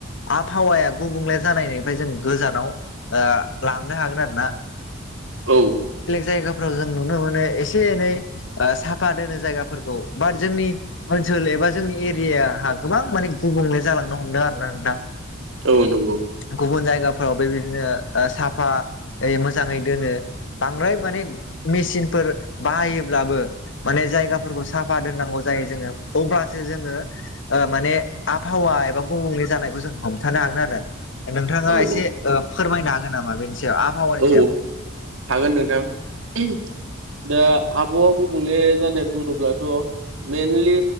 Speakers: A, on the left; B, on the right.
A: आबहावाया गुबुंले जानायनिफाय जों गोजानाव ओ लांनो हागोन आरोना।
B: औ
A: जायगाफोराव जों नुनो मोन एसे एनै साफा दोनो जायगाफोरखौ बात जोंनि ओनसो सोल एबा जोंनि एरियाआ गोबां माने गुबुंले जालांनो हमदों आरोना नोंथां।
B: औ नंगौ
A: गुबुन जायगाफोराव बेबाय दिनो ओ साफायै मोजाङै दोनो बांद्राय माने मेसिनफोर बाहायोब्लाबो माने जायगाफोरखौ साफा दोननांगौ जायो जोङो अब्लासो जोङो ओ माने आबहावा एबा गुबुंले जानायखौ जों हमथानो हागोन आरो नोंथाङा
B: औ
A: एसे
B: औ
A: ओ फोरमायनो हागोन नामा बेनि सायाव आबहावानि
B: औ
A: सायाव
B: हागोन नोंथां। दा आबहावा गुबुंले जानाय बुङोब्लाथ' मेनलि